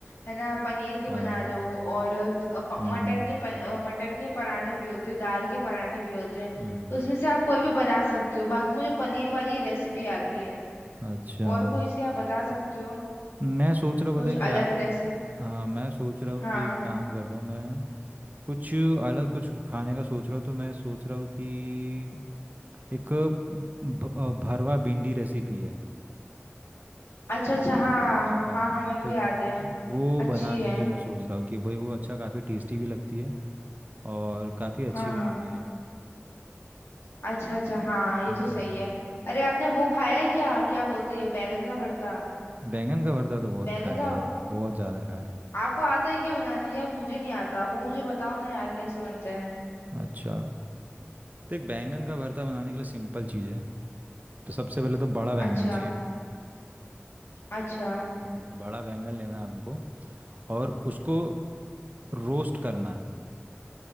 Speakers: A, on the left (about 75°); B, on the right (about 40°).
A: है ना पनीर के
B: हाँ
A: बना लो और त- अ, प-
B: हम्म
A: मटर के पन, अ, मटर के पराठे भी होते हैं दाल के पराठे भी होते हैं
B: हम्म
A: तो उसमें से आप कोई भी बना सकते हो बाकी मुझे पनीर वाली रेसिपी आती है
B: अच्छा
A: और कोई से आप बता सकते हो
B: मैं सोच रहा हूँ
A: कुछ
B: पता है क्या
A: अलग रेसिपी
B: हाँ मैं सोच रहा हूँ
A: हाँ
B: कि एक काम करता हूँ मैं कुछ अलग कुछ खाने का सोच रहा हूँ तो मैं सोच रहा हूँ कि एक भ- अ, भरवा भिंडी रेसिपी है
A: अच्छा अच्छा हाँ
B: हाँ
A: हाँ हाँ मेरे को
B: तो
A: याद है
B: वो
A: अच्छी
B: बनाने
A: है
B: की मैं सोच रहा हूँ कि भाई वो अच्छा काफ़ी टेस्टी भी लगती है और काफ़ी अच्छी
A: हाँ हाँ
B: भी होती है
A: अच्छा अच्छा हाँ ये
B: हम्म
A: तो सही है अरे आपने वो खाया है क्या क्या बोलते हैं बैगन का भरता
B: बैंगन का भरता तो बहुत
A: बैगन
B: खाया
A: का
B: यार बहुत ज़्यादा खाया
A: आपको आता है क्या बनाना यार मुझे नहीं आता वो मुझे बताओ ना यार कैसे बनते हैं
B: अच्छा तो एक बैंगन का भरता बनाने के लिए सिंपल चीज़ है तो सबसे पहले तो बड़ा बैंगन
A: अच्छा
B: चाहिए
A: अच्छा
B: हम्म, बड़ा बैंगन लेना है आपको और उसको रोस्ट करना है